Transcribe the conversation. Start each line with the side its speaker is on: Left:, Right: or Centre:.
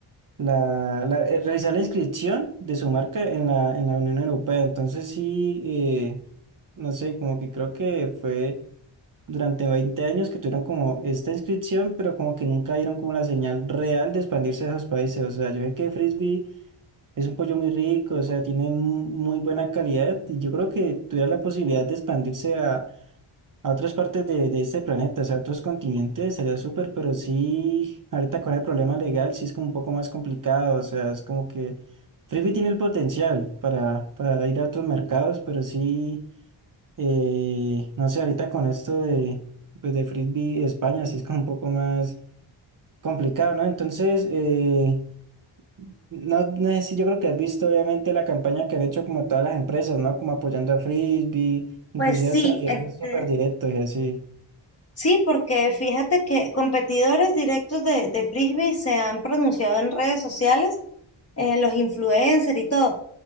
Right: la, la- eh, realizar la inscripción de su marca en la, en la Unión Europea. Entonces sí, eh, no sé, como que creo que fue durante 20 años que tuvieron como esta inscripción, pero como que nunca dieron como la señal real de expandirse a esos países. O sea, yo sé que Frisbee es un pollo muy rico, o sea, tiene mu- muy buena calidad y yo creo que tuviera la posibilidad de expandirse a otras partes de, de este planeta, o sea, a otros continentes, sería súper, pero sí, ahorita con el problema legal sí es como un poco más complicado, o sea, es como que Frisbee tiene el potencial para, para ir a otros mercados, pero sí, eh, no sé, ahorita con esto de, pues de Frisbee España sí es como un poco más complicado, ¿no? Entonces, eh, no, no sé si yo creo que has visto obviamente la campaña que han hecho como todas las empresas, ¿no? Como apoyando a Frisbee, inclusive
Left: Pues sí,
Right: hasta rivales
Left: este,
Right: súper directos y así.
Left: sí, porque fíjate que competidores directos de, de Frisbee se han pronunciado en redes sociales, eh, los influencers y todo.